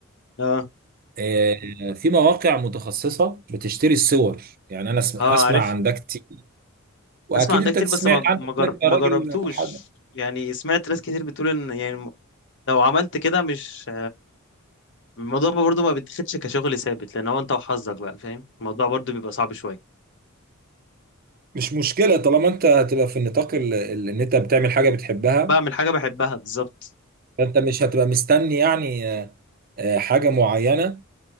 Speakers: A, on the left; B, on the right.
A: اه
B: آه، في مواقع متخصصة بتشتري الصور يعني أنا أسم-
A: اه
B: أسمع
A: عارف
B: عن ده كتير وأكيد
A: اسمع عن
B: أنت
A: ده كتير
B: سمعت
A: بس ما
B: عنه
A: ما
B: كتير
A: جر- ما
B: يا راجل
A: جربتوش
B: حب.
A: يعني سمعت ناس كتير بتقول ان يعني م- لو عملت كده مش الموضوع ما برضو ما بيتاخدش كشغل ثابت لان هو انت وحظك بقى فاهم الموضوع برضو بيبقى صعب شويه
B: مش مشكلة طالما أنت هتبقى في النطاق ال- ال- إن أنت بتعمل حاجة بتحبها
A: بعمل حاجه بحبها بالظبط
B: فأنت مش هتبقى مستني يعني آه، آه، حاجة معينة